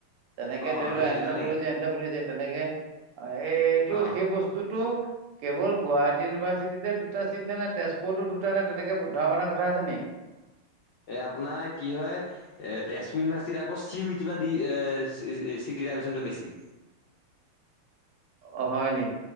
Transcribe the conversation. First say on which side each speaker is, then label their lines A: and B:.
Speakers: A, on the right (about 80°); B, on the left (about 75°).
A: তেনেকে
B: অ
A: ধৰি লোৱা
B: সেইটোৱে
A: এন্থ্ৰপলজি
B: তেনেকে
A: এন্থ্ৰপলজি তেনেকে এইটো
B: অ
A: সেই বস্তুটো। কেৱল গুৱাহাটী ইউনিভাৰ্চিটিতে। দুটা চিট নে নাই তেজপুৰতো দুটা <unintelligible> তেনেকে ধৰা মানা কথা আছে নে
B: এ আপোনাৰ কি হয়। এ তেজপুৰ ইউনিভাৰ্চিটিত আকৌ চি উ ই টি পৰা দি <unintelligible> চিট ৰিজাৰ্ভভেচনটো বেছি।
A: অ হয় নি।